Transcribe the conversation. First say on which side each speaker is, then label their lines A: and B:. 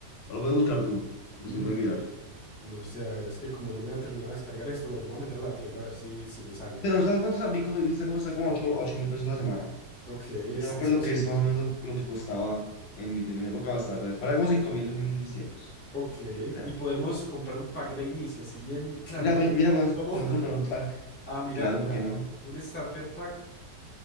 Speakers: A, on the left; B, on the left.
A: O lo puedes buscar tú, o
B: menos.
A: si lo puedes mirar.
B: Mm, no no sé, a ver, es que como no me ha terminado de descargar esto, bueno, me voy a meter a la tienda a ver si, si me sale.
A: Pero ¿sabes cuánto está? Vi como, está como, está como ocho ocho mil pesos la semana.
B: Ok, es,
A: Yo me acuerdo
B: es posible.
A: que es más o menos lo, lo que costaba en mi, en mi época, bastante. a valía como cinco mil en mis tiempos,
B: Ok,
A: yo creo.
B: y podemos comprar un pack de inicio, así bien, claro,
A: Mira,
B: lo
A: pues-
B: que...
A: mira, podemos,
B: cómo.
A: podemos
B: <laughs>
A: comprar un pack.
B: Ah, mira,
A: Claro,
B: mira,
A: ¿por qué no?
B: un starter pack.